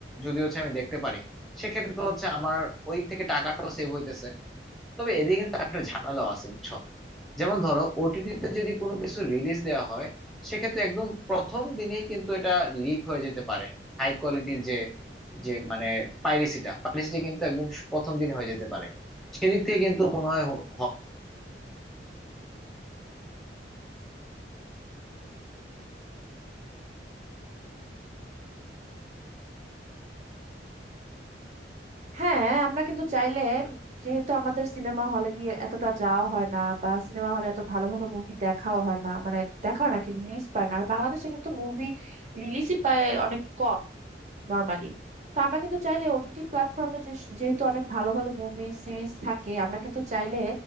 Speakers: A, in the centre; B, on the right.
A: যদি হচ্ছে আমি দেখতে পারি সেক্ষেত্রে তো হচ্ছে আমার ওই থেকে টাকাটাও সেভ হইতেছে তবে এদিকে কিন্তু একটা ঝামেলাও আছে বুঝছো যেমন ধরো ওটিটিতে যদি কোনো কিছু রিলিজ দেওয়া হয় সেক্ষেত্রে একদম প্রথম দিনেই কিন্তু এটা লিক হয়ে যেতে পারে হাই কোয়ালিটির যে যে মানে পাইরেসিটা পাইরেসিটা কিন্তু একদম প্রথম দিনে হয়ে যেতে পারে সেদিক থেকে কিন্তু মনে হয় হ- হ-
B: হ্যাঁ আমরা কিন্তু চাইলে যেহেতু আমাদের সিনেমা হলে গিয়ে এতটা যাওয়া হয় না বা সিনেমা হলে এত ভালো ভালো মুভি দেখাও হয় না মানে দেখাও নাকি রিলিজ পায় না আর বাংলাদেশে কিন্তু মুভি রিলিজই পায় অনেক কম নর্মালি তো আমরা কিন্তু চাইলে ওটিটি প্ল্যাটফর্মে যেহেতু অনেক ভালো ভালো মুভি সিরিজ থাকে আমরা কিন্তু চাইলে